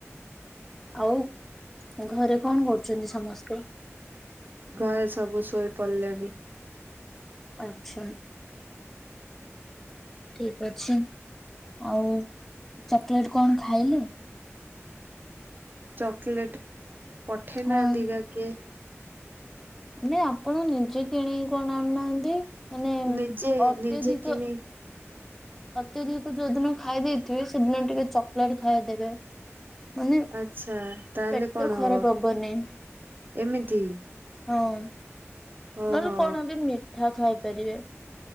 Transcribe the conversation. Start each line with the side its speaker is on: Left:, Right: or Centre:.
Centre: ଆଉ ଘରେ କଣ କରୁଛନ୍ତି ସମସ୍ତେ?
Right: ଘରେ ସବୁ ଶୋଇପଡ଼ିଲେଣି।
Centre: ଆଚ୍ଛା। ଠିକ ଅଛି ଆଉ ଚକୋଲେଟ କଣ ଖାଇଲେ?
Right: ଚକୋଲେଟ ପଠେଇ
Centre: ହଁ
Right: ନାହାଁନ୍ତି କା କିଏ?
Centre: ନାଇଁ ଆପଣ ନିଜେ କିଣିକି କଣ ଆଣୁନାହାନ୍ତି ମାନେ
Right: ନିଜେ
Centre: ଅତ୍ୟଧିକ
Right: ନିଜେ କିଣି
Centre: ଅଧିକକୁ ଯୋଉଦିନ ଖାଇ ଦେଇଥିବେ ସେଦିନ ଟିକେ ଚକୋଲେଟ୍ ଖାଇ ଦେବେ। ମାନେ
Right: ଆଚ୍ଛା ତାହେଲେ
Centre: ପେଟ
Right: କଣ
Centre: ଖରାପ
Right: ହବ
Centre: ହବନି।
Right: ଏମିତି
Centre: ହଁ ନହେଲେ
Right: ଓହୋ
Centre: କଣ ବି ମିଠା ଖାଇପାରିବେ।